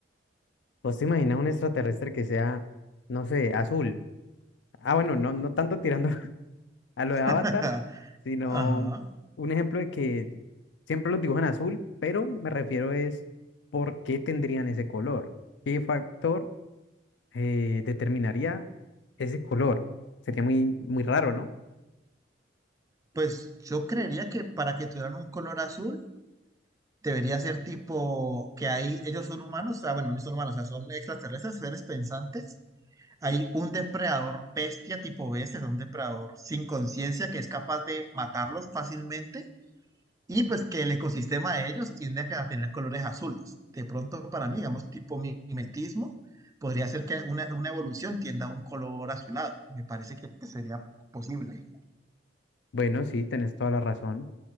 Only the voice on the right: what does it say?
<laughs>
Ajá.
Pues yo creería que para que tuvieran un color azul, debería ser tipo que ahí ellos son humanos, ah, bueno, no son humanos, o sea, son extraterrestres, seres pensantes. Hay un depredador bestia tipo bestia, o sea, un depredador sin conciencia que es capaz de matarlos fácilmente Y pues que el ecosistema de ellos tiende a, que- a tener colores azules. De pronto, para mí, digamos, tipo mimetismo, podría ser que una, una evolución tienda a un color azulado. Me parece que pues, sería posible.